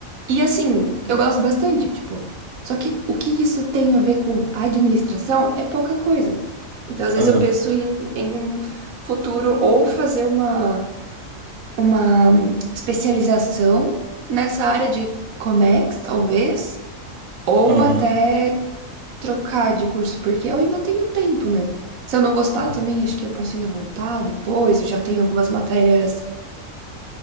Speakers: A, on the right; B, on the right.
A: E assim,
B: Sim.
A: eu gosto bastante, tipo. Só que o que isso tem a ver com administração é pouca coisa. Então, às vezes
B: aham,
A: eu penso em, em um futuro ou fazer uma uma especialização nessa área de Comex, talvez, ou
B: aham,
A: até trocar de curso, porque eu ainda tenho tempo, né? Se eu não gostar também, acho que eu posso ainda voltar depois. Eu já tenho algumas matérias